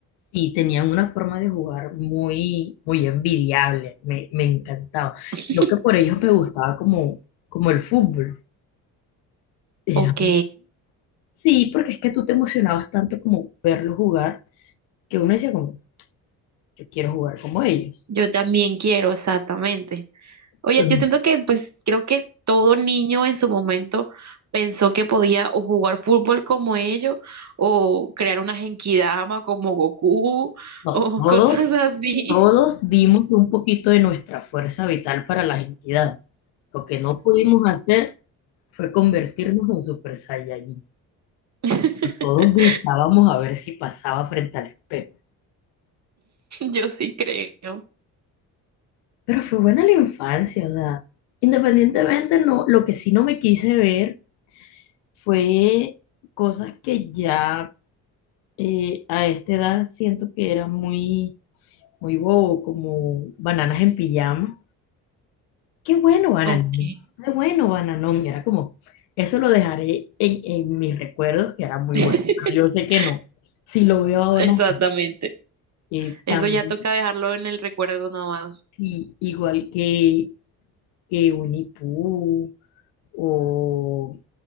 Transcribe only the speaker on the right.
<laughs>
Ok,
yo también quiero, exactamente. Oye,
yo siento que, pues, creo que todo niño en su momento pensó que podía o jugar fútbol como ellos, o crear una genkidama como Goku, <laughs>
o
cosas así.
<laughs>
Yo sí creo.
Ok.
<laughs>
Exactamente.
Eso
ya toca dejarlo en el recuerdo nada más.